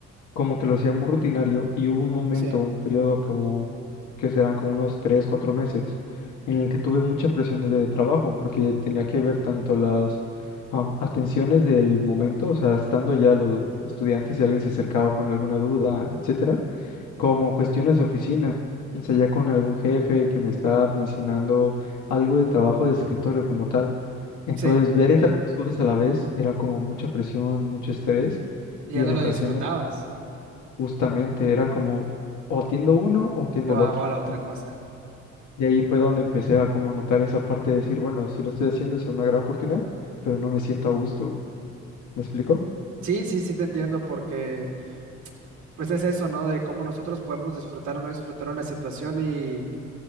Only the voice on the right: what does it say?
sí,
sí,
ya
no
lo disfrutabas
o
hago
la otra cosa.
Sí, sí, sí te entiendo porque pues es eso, ¿no? De cómo nosotros podemos disfrutar o no disfrutar una situación y